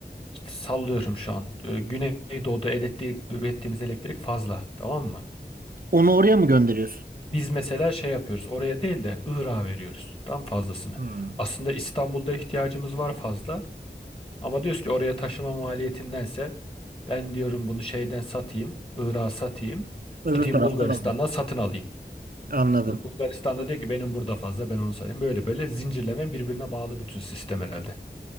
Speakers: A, on the left; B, on the right.
A: işte sallıyorum şu an. E, Güneydoğu'da elektrik, ürettiğimiz elektrik fazla. Tamam mı?
B: Onu oraya mı gönderiyorsun?
A: Biz mesela şey yapıyoruz. Oraya değil de Irak'a veriyoruz. Tam fazlasını.
B: Hmm.
A: Aslında İstanbul'da ihtiyacımız var fazla. Ama diyoruz ki oraya taşıma maliyetindense ben diyorum bunu şeyden satayım, Irak'a satayım.
B: Öbür
A: Gideyim
B: taraftan
A: Bulgaristan'dan
B: alın.
A: satın alayım.
B: Anladım.
A: Yani Bulgaristan'da diyor ki benim burada fazla ben onu satayım. Böyle böyle zincirleme birbirine bağlı bütün sistem herhalde.